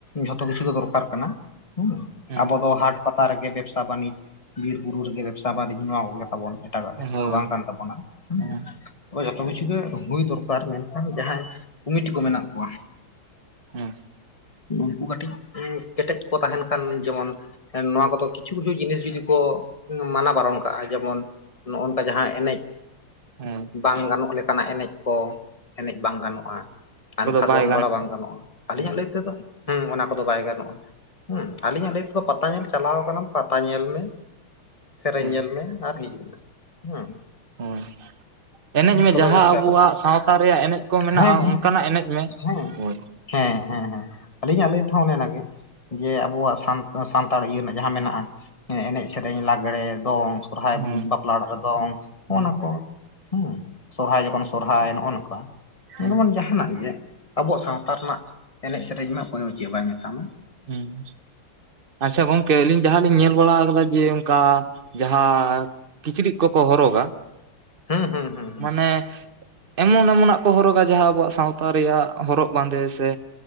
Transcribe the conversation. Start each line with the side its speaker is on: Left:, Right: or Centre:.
Left: ᱡᱷᱚᱛᱚ ᱠᱤᱪᱷᱩ ᱜᱮ ᱫᱚᱨᱠᱟᱨ ᱠᱟᱱᱟ ᱦᱩᱸ᱾
Right: ᱦᱳᱭ
Left: ᱟᱵᱚ ᱫᱚ ᱦᱟᱴ ᱯᱟᱛᱟ ᱨᱮᱜᱮ ᱵᱮᱵᱽᱥᱟ ᱵᱟᱹᱱᱤᱡᱽ ᱵᱤᱨ ᱵᱩᱨᱩ ᱨᱮᱜᱮ ᱵᱮᱵᱽᱥᱟ ᱵᱟᱹᱱᱤᱡᱽ ᱱᱚᱣᱟ ᱠᱚᱜᱮ᱾ ᱛᱟᱵᱚᱱ ᱮᱴᱟᱜᱟᱜ ᱫᱚ ᱪᱮᱫ
Right: ᱦᱳᱭ
Left: ᱦᱚᱸ ᱵᱟᱝ ᱠᱟᱱ ᱛᱟᱵᱚᱱᱟ
Right: ᱦᱮᱸ
Left: ᱦᱩᱸ ᱚᱭ ᱡᱚᱛᱚ ᱠᱤᱪᱷᱩ ᱜᱮ ᱦᱩᱭ ᱫᱚᱨᱠᱟᱨ ᱢᱮᱱᱠᱷᱟᱱ ᱡᱟᱦᱟᱸᱭ ᱠᱚᱢᱤᱴᱤ ᱠᱚ ᱢᱮᱱᱟᱜ ᱠᱚᱣᱟ
Right: ᱦᱮᱸ
Left: ᱩᱝᱠᱩ ᱠᱟᱹᱴᱤᱡ ᱠᱮᱴᱮᱡ ᱠᱚ ᱛᱟᱦᱮᱱ ᱠᱷᱟᱱ ᱡᱮᱢᱚᱱ ᱦᱮ ᱱᱚᱣᱟ ᱠᱚᱫᱚ ᱠᱤᱪᱷᱩ ᱠᱤᱪᱷᱩ ᱡᱤᱱᱤᱥ ᱡᱩᱫᱤ ᱠᱚ ᱢᱟᱱᱟ ᱵᱟᱨᱚᱱ ᱠᱟᱜᱼᱟ ᱡᱮᱢᱚᱱ ᱱᱚᱜᱼᱚ ᱱᱚᱝᱠᱟ ᱡᱟᱦᱟᱸ ᱮᱱᱮᱡ
Right: ᱦᱳᱭ
Left: ᱵᱟᱝ ᱜᱟᱱᱚᱜ ᱞᱮᱠᱟᱱᱟᱜ ᱮᱱᱮᱡ ᱠᱚ ᱮᱱᱮᱡ ᱵᱟᱝ ᱜᱟᱱᱚᱜᱼᱟ᱾ ᱟᱱᱠᱷᱟ
Right: ᱠᱚᱫᱚ ᱵᱟᱭ
Left: ᱫᱚᱱ ᱵᱟᱲᱟ ᱵᱟᱝ ᱜᱟᱱᱚᱜᱼᱟ ᱟᱹᱞᱤᱧᱟᱜ
Right: ᱦᱮᱸ
Left: ᱞᱟᱹᱭ ᱛᱮᱫᱚ ᱦᱚᱸ ᱚᱱᱟ ᱠᱚᱫᱚ ᱵᱟᱭ ᱜᱟᱱᱚᱜᱼᱟ᱾ ᱦᱮᱸ ᱟᱞᱤᱧᱟᱜ ᱞᱟᱹᱭ ᱛᱮᱫᱚ ᱯᱟᱛᱟ ᱧᱮᱞ ᱪᱟᱞᱟᱣ ᱟᱠᱟᱱᱟᱢ ᱯᱟᱛᱟ ᱧᱮᱞ ᱢᱮ ᱥᱮᱨᱮᱧ
Right: ᱦᱳᱭ
Left: ᱧᱮᱞ ᱢᱮ ᱟᱨ ᱦᱤᱡᱩᱜ ᱢᱮ ᱦᱮᱸ᱾
Right: ᱦᱳᱭ ᱮᱱᱮᱡ ᱢᱮ
Left: ᱛᱚᱵᱮ
Right: ᱡᱟᱦᱟᱸ
Left: ᱜᱚᱝᱠᱮ
Right: ᱟᱵᱚᱣᱟᱜ
Left: ᱟᱯᱮ
Right: ᱥᱟᱶᱛᱟ ᱨᱮᱭᱟᱜ ᱮᱱᱮᱡ ᱠᱚ ᱢᱮᱱᱟᱜᱼᱟ,
Left: ᱦᱮᱸ ᱦᱮᱸ
Right: ᱚᱝᱠᱟᱱᱟᱜ ᱮᱱᱮᱡ ᱢᱮ᱾
Left: ᱦᱮᱸ
Right: ᱦᱳᱭ
Left: ᱦᱮᱸ ᱦᱮᱸ ᱦᱮᱸ ᱟᱹᱞᱤᱧᱟᱜ ᱞᱟᱹᱭ ᱛᱮᱦᱚᱸ ᱚᱱᱮ ᱚᱱᱟᱜᱮ᱾ ᱡᱮ ᱟᱵᱚᱣᱟᱜ ᱥᱟᱱᱛᱟ ᱥᱟᱱᱛᱟᱲ ᱤᱭᱟᱹ ᱨᱮᱱᱟᱜ ᱡᱟᱦᱟᱸ ᱢᱮᱱᱟᱜᱼᱟ ᱮᱱᱮᱡ ᱥᱮᱨᱮᱧ ᱞᱟᱜᱽᱲᱮ ᱫᱚᱝ ᱥᱚᱨᱦᱟᱭ
Right: ᱦᱩᱸ
Left: ᱵᱟᱯᱞᱟ ᱚᱲᱟᱜ ᱨᱮ ᱫᱚᱝ ᱱᱚᱜᱼᱱᱟ
Right: ᱦᱩᱸ
Left: ᱠᱚ ᱦᱚᱸ ᱥᱚᱨᱦᱟᱭ ᱡᱚᱠᱷᱚᱱ ᱥᱚᱨᱦᱟᱭ ᱱᱚᱜᱼᱚ ᱱᱚᱠᱟ <unintelligible>
Right: ᱦᱩᱸ
Left: ᱡᱟᱦᱟᱱᱟᱜ ᱜᱮ ᱟᱵᱚᱣᱟᱜ ᱥᱟᱶᱛᱟ ᱨᱮᱱᱟᱜ ᱮᱱᱮᱡ ᱥᱮᱨᱮᱧ ᱢᱟ ᱚᱠᱚᱭ ᱫᱚ ᱪᱮᱫ ᱵᱟᱭ ᱢᱮᱛᱟᱢᱟ᱾
Right: ᱦᱮᱸ ᱟᱪᱪᱷᱟ ᱜᱚᱝᱠᱮ ᱟᱹᱞᱤᱧ ᱡᱟᱦᱟᱸᱞᱤᱧ ᱧᱮᱞ ᱵᱟᱲᱟ ᱠᱟᱫᱟ ᱡᱮ ᱚᱝᱠᱟ ᱡᱟᱦᱟᱸ ᱠᱤᱪᱨᱤᱜ ᱠᱚᱠᱚ ᱦᱚᱨᱚᱜᱟ
Left: ᱦᱮᱸ ᱦᱮᱸ ᱦᱮᱸ
Right: ᱢᱟᱱᱮ ᱮᱢᱚᱱ ᱮᱢᱚᱱᱟᱜ ᱠᱚ ᱦᱚᱨᱚᱜᱟ ᱡᱟᱦᱟᱸ ᱟᱵᱚᱣᱟᱜ ᱥᱟᱶᱛᱟ ᱨᱮᱭᱟᱜ ᱦᱚᱨᱚᱜ ᱵᱟᱸᱫᱮ ᱥᱮ